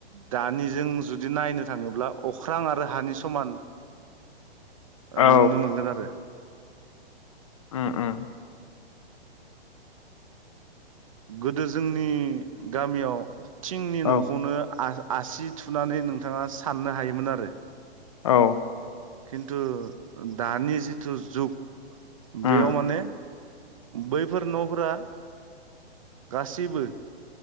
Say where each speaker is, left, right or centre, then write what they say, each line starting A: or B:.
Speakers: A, on the right; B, on the left.
A: दानिजों जुदि नायनो थाङोब्ला अख्रां आरो हानि समान -
B: औ
A: नुनो मोनगोन आरो।
B: उम उम।
A: गोदो जोंनि गामियाव थिंनि
B: औ
A: न'खौनो आ आसि थुनानै नोंथाङा साननो हायोमोन आरो।
B: औ।
A: खिन्थु दानि जिथु जुग
B: उम
A: बेयाव माने बैफोर न'फोरा गासैबो